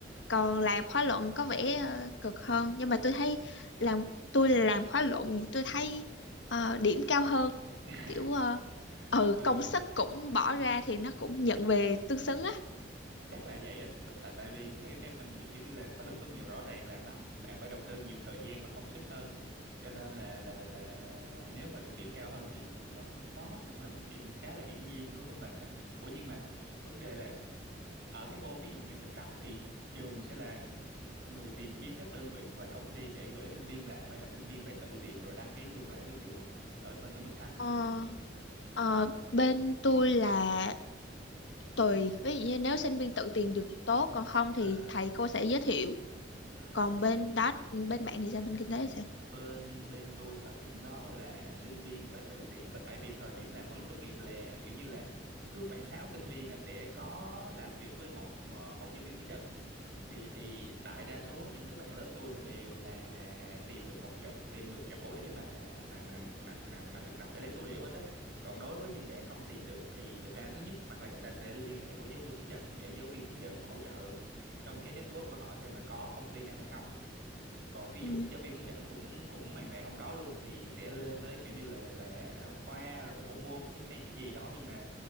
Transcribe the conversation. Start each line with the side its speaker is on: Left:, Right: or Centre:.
Left: còn
Right: à.
Left: làm khóa luận có vẻ ờ, cực hơn nhưng mà tôi thấy làm tôi làm khóa luận tôi thấy ờ, điểm cao hơn
Right: <laughs>
Left: kiểu ờ, ừ
Right: ừ
Left: công sức cũng bỏ ra thì nó cũng nhận về tương xứng á
Right: chắc là vậy á t- tại tại vì theo theo mình nghĩ kiểu như là khóa luận tốt nghiệp rõ ràng là nó bạn phải đầu tư nhiều thời gian và công sức hơn cho nên là là là nếu mà được điểm cao hơn thì nó nó cũng là một chuyện khá là hiển nhiên đối với mình đó. Ủa nhưng mà vấn đề là ở cái môn ví dụ như thực tập thì trường sẽ là người tìm kiếm các đơn vị hoặc là công ty để gửi sinh viên vào hay là sinh viên phải tự tìm rồi đăng ký ngược lại với trường ở bên Tôn Đức Thắng
Left: ờ, ờ, bên tôi là tùy ví dụ như nếu sinh viên tự tìm được thì tốt còn không thì
Right: à,
Left: thầy cô sẽ giới thiệu
Right: à.
Left: còn bên đó bên bạn thì sao bên kinh tế thì sao
Right: bên bên tôi thời điểm đó là sinh viên phải tự tìm tại tại vì thời điểm làm khóa luận tốt nghiệp là kiểu như là cứ khoảng 6 sinh viên là sẽ có làm việc với một mà một giáo viên hướng dẫn thì thì đại đa số những các bạn lớp tôi là đều là tìm được một chỗ tìm được chỗ để mà mà mà mà mà mà, mà thực tập để lấy số liệu hết á còn đối với những bạn không tìm được thì người ta thứ nhất hoặc là người ta sẽ liên hệ với giáo viên hướng dẫn để giáo viên hướng dẫn hỗ trợ trong cái network của họ xem là có công ty nào hay không còn ví
Left: ừ.
Right: dụ như giáo viên hướng dẫn cũng cũng hoàn toàn không có luôn thì sẽ lên tới kiểu như là là khoa rồi bộ môn cái hay cái gì đó nhưng mà